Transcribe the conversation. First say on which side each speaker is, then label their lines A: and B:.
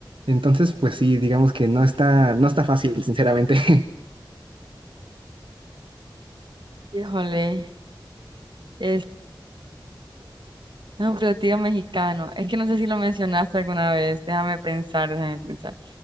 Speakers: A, on the right (about 85°); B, on the right (about 65°).
A: Entonces, pues sí, digamos que no está, no está fácil, sinceramente. <laughs>
B: Híjole, este, es un platillo mexicano. Es que no sé si lo mencionaste alguna vez. Déjame pensar, déjame pensar.